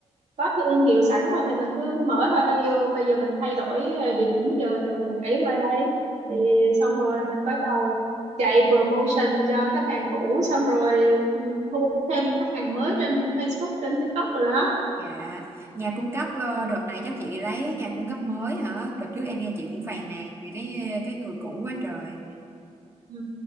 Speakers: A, on the right; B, on the right.
A: có cái thương hiệu sẵn rồi thì mình cứ mở thôi vô bây giờ mình thay đổi ờ, địa điểm giờ từ quận 7 qua đây
B: ừ.
A: thì xong rồi mình bắt đầu chạy promotion cho khách hàng cũ xong rồi ừ, thu hút thêm khách hàng mới trên Facebook trên TikTok rồi đó
B: dạ nhà cung cấp ờ, đợt này chắc chị lấy nhà cung cấp mới hả đợt trước em nghe chị cũng phàn nàn vì cái cái người cũ quá trời
A: ừ